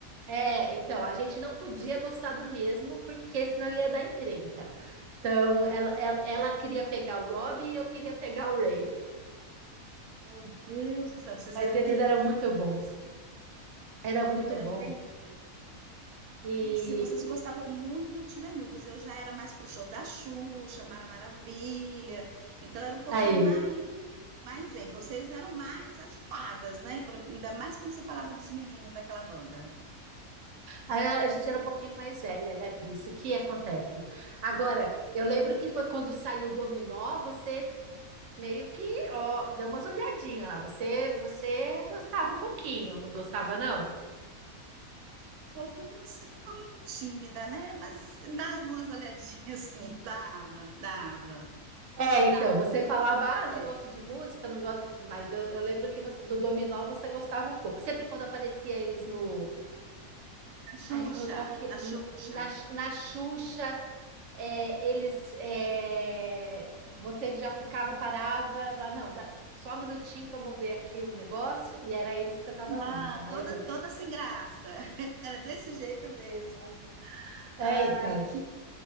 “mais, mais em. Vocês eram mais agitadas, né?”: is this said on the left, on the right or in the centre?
Right